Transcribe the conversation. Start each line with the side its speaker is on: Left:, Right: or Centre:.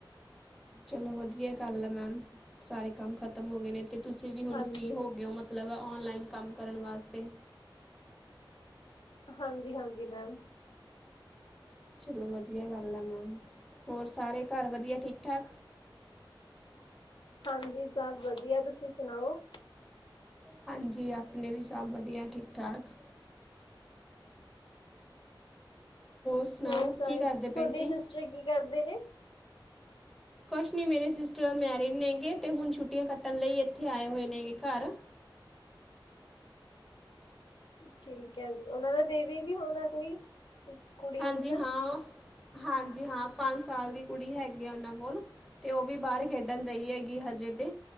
Centre: ਚਲੋ ਵਧੀਆ ਗੱਲ ਆ ਮੈਮ ਸਾਰੇ ਕੰਮ ਖਤਮ ਹੋ ਗਏ ਨੇ ਤੇ ਤੁਸੀਂ ਵੀ ਹੁਣ
Left: ਹਾਂਜੀ
Centre: ਫ੍ਰਰੀ ਹੋ ਗਏ ਹੋ ਮਤਲਬ ਔਨਲਾਈਨ ਕੰਮ ਕਰਨ ਵਾਸਤੇ
Left: ਹਾਂਜੀ-ਹਾਂਜੀ ਮੈਮ
Centre: ਚਲੋ ਵਧੀਆ ਗੱਲ ਆ ਮੈਮ ਹੋਰ ਸਾਰੇ ਘਰ ਵਧੀਆ ਠੀਕ ਠਾਕ
Left: ਹਾਂਜੀ ਸਭ ਵਧੀਆ ਤੁਸੀਂ ਸੁਣਾਓ?
Centre: ਹਾਂਜੀ ਆਪਣੇ ਵੀ ਸਭ ਵਧੀਆ ਠੀਕ ਠਾਕ। ਸੁਣਾਓ
Left: ਹੋਰ ਸਾਰੇ,
Centre: ਕੀ ਕਰਦੇ ਪਏ
Left: ਤੁਹਾਡੇ
Centre: ਸੀ?
Left: ਸਿਸਟਰ ਕੀ ਕਰਦੇ ਨੇ?
Centre: ਕੁਛ ਨਹੀਂ ਮੇਰੇ ਸਿਸਟਰ ਮੈਰਿਡ ਨੇਗੇ ਅਤੇ ਹੁਣ ਛੁੱਟੀਆਂ ਕੱਟਣ ਲਈ ਇੱਥੇ ਆਏ ਹੋਏ ਨੇਗੇ ਘਰ
Left: ਠੀਕ ਹੈ ਜੀ ਉਹਨਾਂ ਦਾ ਬੇਬੀ ਵੀ ਹੋਣਾ ਕੋਈ? ਕੁੜੀ
Centre: ਹਾਂਜੀ
Left: ਮੁੰਡਾ
Centre: ਹਾਂ ਹਾਂਜੀ ਜੀ ਹਾਂ, ਪੰਜ ਸਾਲ ਦੀ ਕੁੜੀ ਹੈਗੀ ਆ ਉਹਨਾਂ ਕੋਲ ਤੇ ਉਹ ਵੀ ਬਾਹਰ ਖੇਡਣ ਦੇਈ ਹੈਗੀ ਹਜੇ ਤੇ